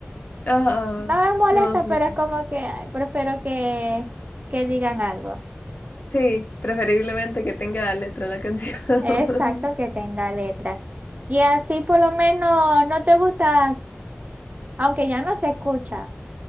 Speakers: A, on the left; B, on the right.
A: Ajá.
B: No me molesta,
A: No, sí.
B: pero es como que ay, prefiero que, que digan algo.
A: Sí, preferiblemente que tenga letra la canción. <laughs>
B: Exacto, que tenga letras. Y así por lo menos no te gusta, aunque ya no se escucha,